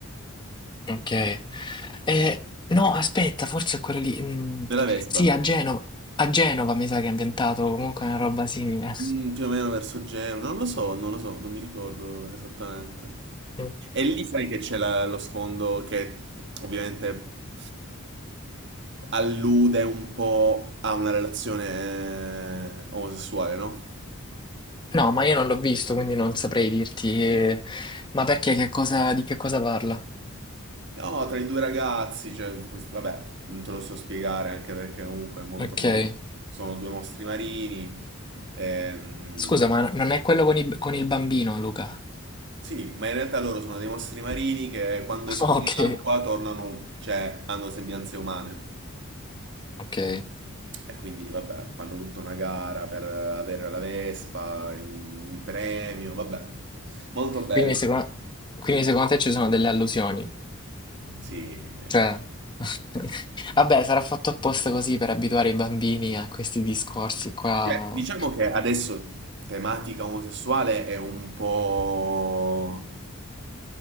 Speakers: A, on the left (about 20°); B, on the right (about 55°).
A: Ok. Eh, no, aspetta, forse è quello lì. mm,
B: Della Vespa.
A: sì, a Genova. A Genova mi sa che è ambientato comunque una roba simile.
B: Mm, più o meno verso Genova. Non lo so, non lo so, non mi ricordo esattamente.
A: Mm.
B: E lì sai che c'è la- lo sfondo che ovviamente allude un po' a una relazione eh, omosessuale, no?
A: No, ma io non l'ho visto, quindi non saprei dirti. eh, ma perché che cosa, di che cosa parla?
B: No, tra i due ragazzi, cioè, questo- vabbè, non te lo so spiegare anche perché comunque è molto...
A: Ok.
B: Sono due mostri marini, ehm,
A: Scusa, ma non è quello con, i- con il bambino, Luca?
B: Sì, ma in realtà loro sono dei mostri marini che quando
A: <laughs>
B: escono
A: Ok,
B: dall'acqua tornano, cioè hanno sembianze umane.
A: ok.
B: E quindi, vabbè, fanno tutta una gara per avere la Vespa in, in premio, vabbè. Molto bello.
A: Quindi secondo, quindi secondo te ci sono delle allusioni?
B: Sì,
A: Cioè, <laughs> vabbè, sarà fatto apposta così per abituare i bambini a questi discorsi qua.
B: Cioè, diciamo che adesso tematica omosessuale è un po'...